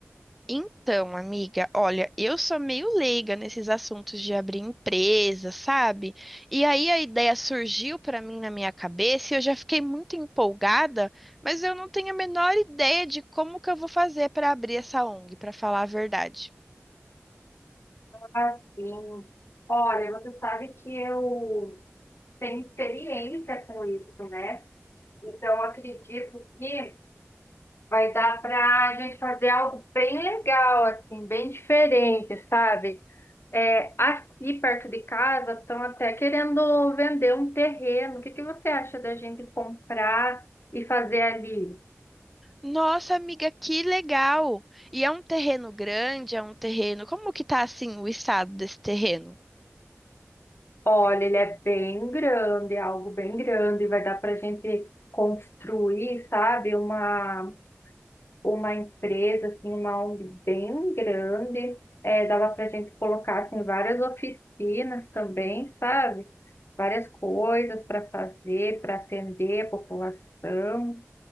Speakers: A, in the centre; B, on the left (about 55°).
A: Então, amiga, olha, eu sou meio leiga nesses assuntos de abrir empresa, sabe? E aí a ideia surgiu para mim na minha cabeça e eu já fiquei muito empolgada, mas eu não tenho a menor ideia de como que eu vou fazer para abrir essa ONG, para falar a verdade.
B: Assim, olha, você sabe que eu tenho experiência com isso, né? Então, eu acredito que. Vai dar para a gente fazer algo bem legal, assim, bem diferente, sabe? É, aqui perto de casa estão até querendo vender um terreno. O que que você acha da gente comprar e fazer ali?
A: Nossa, amiga, que legal! E é um terreno grande, é um terreno. Como que tá assim o estado desse terreno?
B: Olha, ele é bem grande, é algo bem grande. Vai dar para a gente construir, sabe? Uma uma empresa, assim, uma ONG bem grande. É, dava para a gente colocar assim, várias oficinas também, sabe? Várias coisas para fazer, para atender a população.